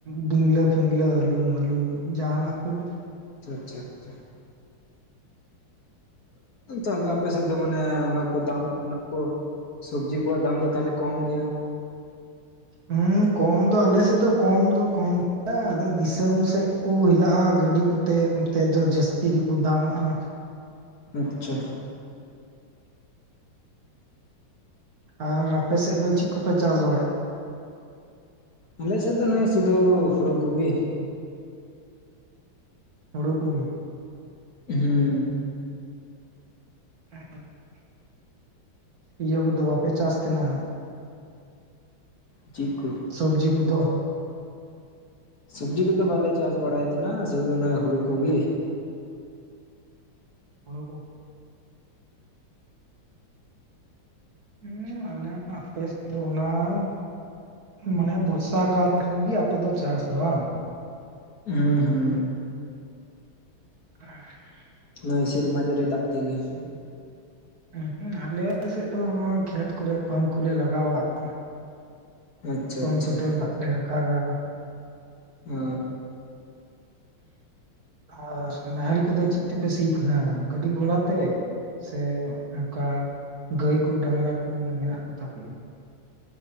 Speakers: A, on the right; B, on the left.
A: ᱵᱤᱝᱽᱞᱟᱹ ᱯᱷᱤᱝᱞᱟᱹ ᱟᱹᱞᱩᱢᱟᱹᱞᱩ ᱡᱟᱦᱟᱱᱟᱜ ᱠᱚᱜᱮ
B: ᱟᱪᱷᱟ ᱟᱪᱪᱷᱟ ᱟᱪᱪᱷᱟ ᱛᱟᱦᱞᱮ ᱟᱯᱮ ᱥᱮᱫ ᱫᱚ ᱢᱟᱱᱮ ᱚᱱᱟ ᱠᱚ ᱫᱟᱢ ᱚᱱᱟ ᱠᱚ- ᱥᱚᱵᱽᱡᱤ ᱠᱚᱣᱟᱜ ᱫᱟᱢ ᱫᱚ ᱛᱟᱦᱚᱞᱮ ᱠᱚᱢ ᱜᱮᱭᱟ
A: ᱦᱮᱸ ᱠᱚᱢ ᱫᱚ ᱟᱞᱮ ᱥᱮᱫ ᱫᱚ ᱠᱚᱢ ᱫᱚ ᱠᱚᱢ ᱜᱮᱭᱟ ᱟᱫᱚ ᱫᱤᱥᱚᱢ ᱥᱮᱫ- ᱠᱚ ᱦᱤᱞᱟᱜᱼᱟ ᱜᱟᱹᱰᱤ ᱠᱚᱛᱮ ᱚᱱᱛᱮ ᱫᱚ ᱡᱟᱹᱥᱛᱤ ᱜᱮᱠᱚ ᱫᱟᱢᱟᱜᱼᱟ
B: ᱟᱪᱪᱷᱟ
A: ᱟᱨ ᱟᱯᱮ ᱥᱮᱫ ᱫᱚ ᱪᱮᱫ ᱠᱚᱯᱮ ᱪᱟᱥ ᱵᱟᱲᱟᱮᱫᱼᱟ
B: ᱟᱞᱮ ᱥᱮᱫ ᱱᱚᱜᱼᱚᱭ ᱥᱩᱫᱩ ᱦᱩᱲᱩ ᱠᱚᱜᱤ
A: ᱦᱩᱲᱩ ᱠᱚᱜᱮ
B: ᱦᱩᱸ
A: <inaudible> ᱤᱭᱟᱹ ᱠᱚᱫᱚ ᱵᱟᱯᱮ ᱪᱟᱥ ᱛᱮ ᱱᱟᱦᱟᱜ
B: ᱡᱤᱫ ᱠᱚ
A: ᱥᱚᱵᱽᱡᱤ ᱠᱚᱫᱚ
B: ᱥᱚᱵᱡᱤ ᱠᱚᱫᱚ ᱵᱟᱞᱮ ᱪᱟᱥ ᱵᱟᱲᱟᱭ ᱛᱟᱦᱮᱱᱟ ᱥᱩᱫᱩ ᱚᱱᱟ ᱦᱩᱲᱩ ᱠᱚᱜᱮ
A: ᱦᱩᱲᱩ ᱠᱚᱜᱮ ᱦᱩᱸ ᱟᱞᱮ ᱦᱚᱸ ᱟᱯᱮ ᱥᱮᱫ ᱫᱚ ᱚᱱᱟ- ᱢᱟᱱᱮ ᱵᱚᱨᱥᱟ ᱠᱟᱞ ᱨᱮᱜᱤ ᱟᱯᱮ ᱫᱚ ᱪᱟᱥ ᱫᱚ ᱵᱟᱝ
B: ᱦᱩᱸ ᱦᱩᱸ
A: <unintelligible>
B: ᱱᱚᱭ ᱥᱮᱨᱢᱟ ᱡᱳᱨᱮ ᱫᱟᱜ ᱛᱮᱜᱮ-
A: ᱩᱸ ᱦᱩᱸ ᱟᱞᱮᱥᱮᱫ ᱫᱚ ᱱᱚᱜ ᱚᱭ ᱠᱷᱮᱛ ᱠᱚᱨᱮ ᱯᱟᱢᱯ ᱠᱚᱞᱮ ᱞᱟᱜᱟᱣᱟᱜᱼᱟ
B: ᱟᱪᱪᱷᱟ
A: ᱯᱟᱢᱯ
B: ᱟᱪᱪᱷᱟ
A: ᱠᱚᱛᱮ ᱫᱟᱜ ᱞᱮ ᱨᱟᱠᱟᱜᱟ
B: ᱚ
A: ᱟᱨ ᱱᱟᱦᱮᱞ ᱠᱚᱫᱚ ᱪᱮᱫ ᱛᱮᱯᱮ ᱥᱤᱭ ᱛᱟᱦᱮᱱᱟ ᱜᱟᱹᱰᱤ ᱜᱷᱚᱲᱟ ᱛᱮ ᱥᱮ ᱚᱱᱠᱟ ᱜᱟᱹᱭ ᱠᱚ ᱰᱟᱺᱝᱨᱟ ᱠᱚ ᱢᱮᱱᱟᱜ ᱠᱚᱛᱟ ᱯᱮᱭᱟ <unintelligible>